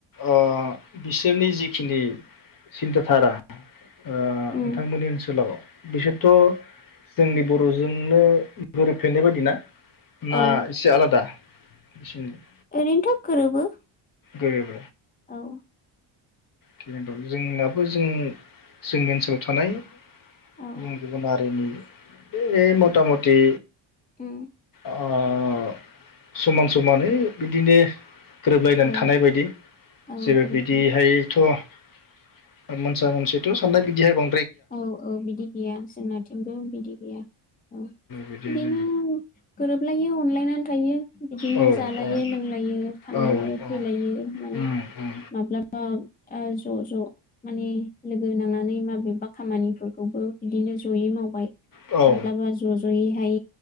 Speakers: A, on the left (about 40°); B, on the left (about 20°).
A: ओ बिसोरनि जिखिनि सिन्था थारा ओ
B: उम
A: नोंथांमोननि ओनसोलाव बिसोरथ' जोंनि बर'जोंनो गोरोबफ्लेनाय बायदि ना? ना
B: औ
A: इसे आलादा? <inaudible>
B: ओरैनोथ' गोरोबो
A: गोरोब
B: औ
A: थिगानोदं जोंनाबो जों जोंनि ओनसोलाव थानाय
B: औ
A: गुबुन गुबुन हारिनि ए मटा मटि
B: उम
A: अह समान समानै बिदिनो गोरोबलायनानै
B: औ
A: थानाय बायदि
B: औ
A: जेबो
B: गोरोबगोन
A: बिदिहाय थ अह मोनसा मोनसिथ' साननाय बिदिहाय बा
B: औ औ बिदि गैया जोंनाथिंबो बिदि गैया औ
A: बिदि
B: बिदिनो
A: जायो
B: गोरोबलायो अनलायनानै थायो बिदिनो
A: औ
B: जालायो लोंलायो थांलायो
A: औ
B: फैलायो
A: औ
B: माने
A: उम उम
B: माब्लाबा ओ ज'-ज' माने लोगो नांनानै माबेबा खामानिफोरखौबो बिदिनो जयै मावबाय
A: औ
B: माब्लाबा ज'-ज'यैहाय